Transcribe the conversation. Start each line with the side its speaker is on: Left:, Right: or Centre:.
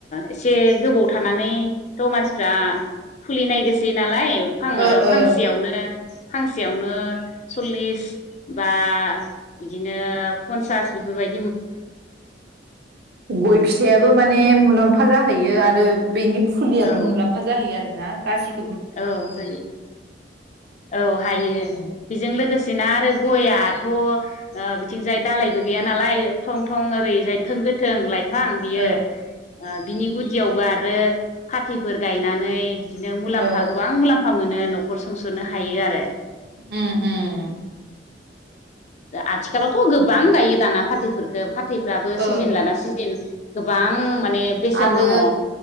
Left: एसे गोबाव थानानैथ' मानसि फ्रा फुलिनाय गोसै <unintelligible> <unintelligible>
Right: ओ ओ
Left: फांसेयावनो फांसेयावनो सल्लिस बा बिदिनो फनसास बेफोरबाय
Right: गइ
Left: औ
Right: फिथायाबो माने मुलामफ म्फा जाहैयो आरो बेनि फुलियाबो
Left: औ
Right: मुलाम्फा जाहैयो आरो <unintelligible>
Left: औ जायो औ हायो
Right: औ
Left: बेजों लोगोसेनो आरो गइ आथ' बिथिंजाय दालायबो गैया नालाय थं थं ओरैजाय थोंगो थों लाइफ फां‌ बियो
Right: औ
Left: बिनि गुदियावबो आरो फाथैफोर गायनानै बिदिनो मुलाम्फा
Right: औ
Left: म्फा गोबां मुलाम्फा मोनो न'ख न'खर सुंस'नो हायो आरो
Right: ओ - ओ
Left: आथिखालावथ' गोबां गायो दाना फाथैफोरफोरखौ फाथ फैफ्राबो
Right: ओ
Left: सिजेन लाना सिजेन गोबां माने बेसेन
Right: आरो
Left: दङ औ